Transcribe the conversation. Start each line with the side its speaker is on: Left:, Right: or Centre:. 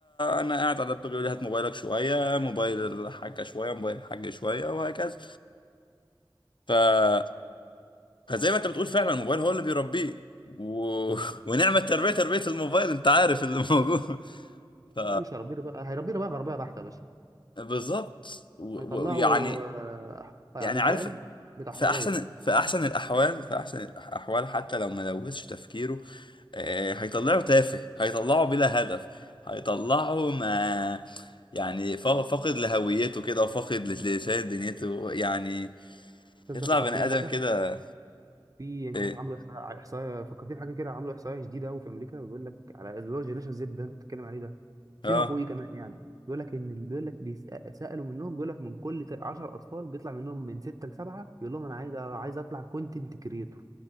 Left: انا قاعد على اللابتوب يقول لي هات موبايلك شويه موبايل الحاجه شويه موبايل الحاج شويه وهكذا ف فزي ما انت بتقول فعلا الموبايل هو اللي بيربيه و...
Right: الله
Left: <laughs>
Right: ينور عليك
Left: ونعمة تربية تربية الموبايل انت عارف اللي موجود <laughs> ف
Right: لا مش هيربيه بقى هيربيه بقى غربيه بحته يا باشا
Left: بالظبط و-
Right: هيطلعوا
Left: ويعني يعني
Right: آه، يعني
Left: يعني عارف
Right: فاهم بتاع
Left: في
Right: حريه
Left: احسن في احسن الاحوال في احسن الاحوال حتى لو ما لوثش تفكيره آه، هيطلعه تافه هيطلعه بلا هدف هيطلعه ما يعني فا- فاقد لهويته كده وفاقد
Right: الأستاذ
Left: لشيء دنيته يعني
Right: ده
Left: يطلع
Right: فكرتني
Left: بني ادم
Right: بحاجه
Left: كده
Right: في يعني مش
Left: ايه
Right: عارف عملوا احصاء احصاء فكرتني بحاجه كده عملوا احصاء جديده قوي في امريكا بيقول لك على اللي هو جينيشن زد ده انت بتتكلم عليه ده فيما
Left: اه
Right: فوقيه كمان يعني بيقول لك ان بيقول لك سالوا منهم بيقول لك من كل 10 اطفال بيطلع منهم من 6 لسبعه يقول لهم انا عايز عايز اطلع كونتنت كريتور